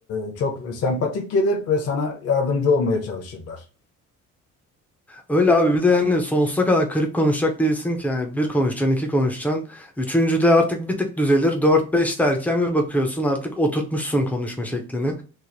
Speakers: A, on the left; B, in the centre.
A: e, çok sempatik gelir ve sana yardımcı olmaya çalışırlar.
B: Öyle abi bir de yani sonsuza kadar kırık konuşacak değilsin ki yani bir konuşacaksın iki konuşacaksın. üçüncüde artık bir tık düzelir. Dört beş derken bir bakıyorsun artık oturtmuşsun konuşma şeklini.